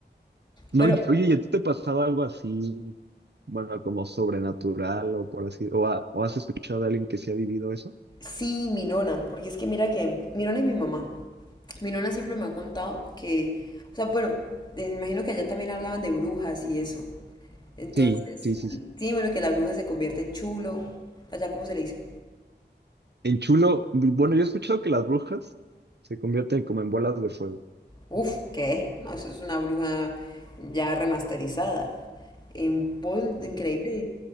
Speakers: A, on the right; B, on the left.
A: No,
B: Pero
A: oye, oye, ¿y a ti te ha pasado algo así, bueno, como sobrenatural o por así, o, ha- o has escuchado a alguien que sí ha vivido eso?
B: sí, mi nona, porque es que mira que, mi nona y mi mamá, mi nona siempre me ha contado que, o sea, bueno, eh, me imagino que allá también hablaban de brujas y eso. Entonces,
A: Sí, sí, sí, sí.
B: sí, bueno, que la bruja se convierte en chulo, allá cómo se le dice.
A: En chulo, bueno, yo he escuchado que las brujas se convierten como en bolas de fuego.
B: Uf, ¿qué? No, eso es una bruja ya remasterizada. En Paul, increíble.